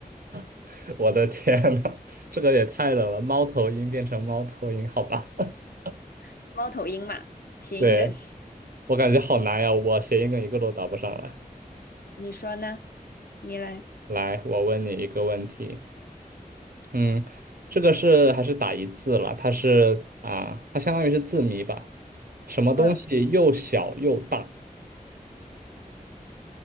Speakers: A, on the right; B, on the left.
A: <laughs> 我的天呐，这个也太冷了！猫头鹰变成猫头鹰，好吧？<laughs>
B: <laughs> 猫头鹰嘛，谐音梗。
A: 对，我感觉好难呀，我谐音梗一个都答不上来。
B: 你说呢？你来。
A: 来，我问你一个问题，嗯，这个是还是打一字了？它是啊，它相当于是字谜吧？什么东西又小又大？
B: 嗯